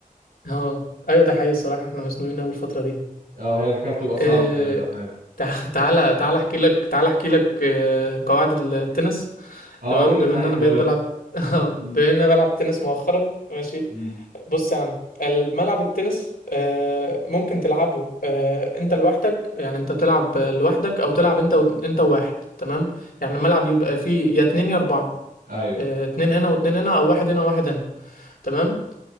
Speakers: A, on the left (about 85°); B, on the right (about 80°).
A: اه ايوه ده حقيقي الصراحه احنا مزنوقين اول الفتره دي
B: اه هي الحكاية بتبقى
A: آه،
B: صعبة في الامتحانات
A: تع- تعالى تعالى احكي لك تعالى احكي لك آه، قواعد التنس
B: اه
A: تمام
B: قول لي
A: بما
B: صحيح
A: ان انا
B: ما
A: بقيت
B: قلت
A: بلعب <laughs> اه
B: مم.
A: بما ان انا بلعب تنس مؤخرا ماشي
B: مم.
A: بص يا عم الملعب التنس آه، ممكن تلعبه آه، انت لوحدك يعني انت تلعب لوحدك او تلعب انت و... انت وواحد تمام يعني الملعب يبقى فيه يا اتنين يا اربعة
B: ايوه
A: آه، اتنين هنا واتنين هنا او واحد هنا وواحد هنا تمام